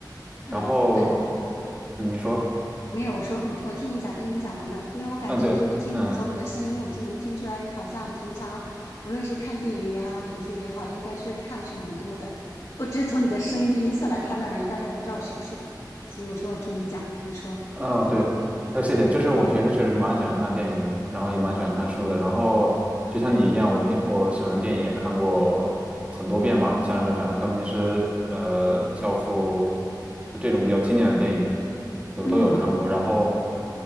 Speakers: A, on the left; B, on the right.
A: 嗯，
B: 然后，
A: 哎，
B: 嗯，你说，
A: 没有，我说你，我听你讲，等你讲完的，因为我感觉就是听从你的声音，
B: 嗯，对，嗯，
A: 我就能听出来，你好像平常不论是看电影也好，还是读书也好，应该是看的是蛮多的。我只是从你的声音的音色来判断而已，但是我不知道是不是的，所以我说我听你讲，你说，
B: 哦，对，呃，谢谢，就是我平时确实蛮喜欢看电影的，然后也蛮喜欢看书的，然后就像你一样，我平我喜欢的电影也看过很多遍吧，像是《海上钢琴师》、呃，《教父》，就这种比较经典的电影，对，
A: 嗯，
B: 我都有看过。然后，